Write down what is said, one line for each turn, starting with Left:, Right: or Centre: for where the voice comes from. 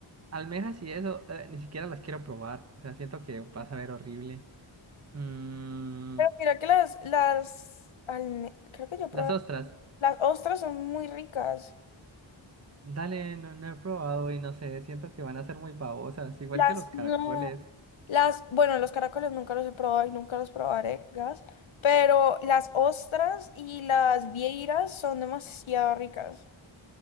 Right: Almejas y eso, eh, ni siquiera las quiero probar. O sea, siento que vas a ver horrible. Mm,
Left: pero mira que las, las, alme- creo que yo probé,
Right: las ostras.
Left: las ostras son muy ricas,
Right: Dale, no, no he probado y no sé, siento que van a ser muy babosas, igual
Left: las
Right: que los caracoles.
Left: no. Las, bueno, los caracoles nunca los he probado y nunca los probaré, gas, pero las ostras y las vieiras son demasiado ricas.